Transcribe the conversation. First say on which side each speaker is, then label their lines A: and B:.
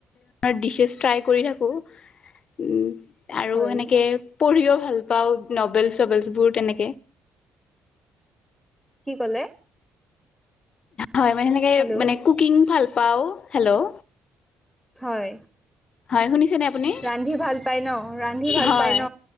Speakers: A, on the left; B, in the centre.
A: ডিছেছ ট্ৰাই কৰি থাকো উ আৰু
B: হয়
A: সেনেকে পঢ়িও ভাল পাও নবেলচ ন'বেল বোৰ তেনে
B: কি ক'লে
A: হয় মানে হেনেকে
B: হেল্ল'
A: মানে কুকিং ভাল পাওঁ। হেল্ল'
B: হয়
A: হয় শুনিছেনে আপুনি
B: ৰান্ধি ভাল পাই ন ৰান্ধি ভাল
A: হয়
B: পাই ন